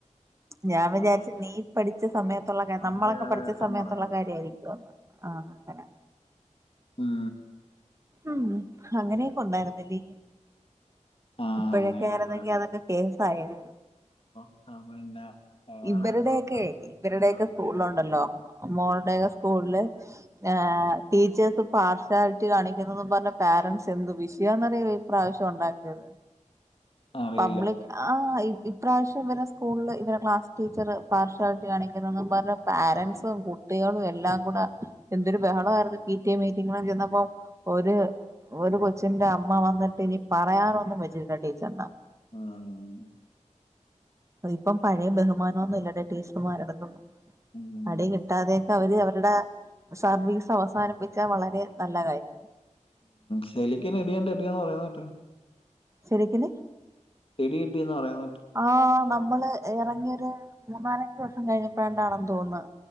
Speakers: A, on the right; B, on the left.
A: ഞാൻ വിചാരിച്ച്
B: ആ
A: നീ പഠി ച്ച സമയത്തൊള്ള കാര്യം
B: പഴയ
A: നമ്മളൊക്കെ
B: കാലഘട്ടം
A: പഠിച്ച സമയത്തൊള്ള
B: പറഞ്ഞത്
A: കാര്യവായിരിക്കൂന്ന് ആ അങ്ങനെ
B: ഉം
A: ഉം അങ്ങനെയൊക്കെ ഉണ്ടായിരുന്നല്ലേ
B: ആ
A: ഇപ്പഴൊക്കെ
B: അങ്ങനെ
A: ആയിരുന്നെങ്കി
B: ഉണ്ടായിരുന്നു
A: അതൊക്കെ കേസായേനെ
B: അപ്പോ പിന്നെ വേറെ
A: ഇവരുടെയൊക്കെയെ
B: എന്തുണ്ട്?
A: ഇവരുടെയൊക്കെ
B: അറിയില്ല
A: സ്കൂളിൽ ഉണ്ടല്ലോ മോളുടെ സ്കൂളില് ഏ ടീച്ചേഴ്സ് പാർഷ്യാലിറ്റി കാണിക്കുന്നൂന്നും പറഞ്ഞ് പേരന്റ്സ് എന്തു വിഷയമാന്നറിയാവൊ ഇപ്രാവശ്യം ഉണ്ടാക്കിയത്
B: അറിയില്ല.
A: പബ്ലിക് ആ ഇപ്രാവശ്യം ഇവരുടെ സ്കൂളില് ഇവരുടെ ക്ലാസ് ടീച്ചർ പാർഷ്യാലിറ്റി കാണിക്കുന്നെന്നും പറഞ്ഞ് പാരെന്റ്‌സും കുട്ടികളും എല്ലാം കൂടെ എന്തൊരു ബഹളായിരുന്നു പി ടി എ മീറ്റിങ്ങിന് ചെന്നപ്പോ ഒരു ഒരു കൊച്ചിന്റെ അമ്മ വന്നിട്ട് ഇനി പറയാനൊന്നും വെച്ചിട്ടില്ല ടീച്ചർന്നെ
B: ഉം.
A: ഇപ്പം പഴയ ബഹുമാനൊന്നും ഇല്ലഡേ ടീച്ചർന്മാരുടെ അടുത്തൊന്നും
B: ഉം.
A: അടി കിട്ടാതെ ട്ട് അവര് അവരുടെ സർവീസ് അവസാനിപ്പിച്ചാൽ വളരെ നല്ല കാര്യം
B: ശൈലേക്ക് എന്നാ അടി കിട്ടിയേന്ന് പറയണ കേട്ട്
A: ശരിക്കനെ
B: ഇടി കിട്ടി എന്ന് പറയണകെട്ട്
A: ആ നമ്മള് ഇറങ്ങിയൊരു മൂന്നാലഞ്ച് വർഷം കഴിഞ്ഞപ്പോഴണ്ടാണെന്ന് തോന്നുന്ന്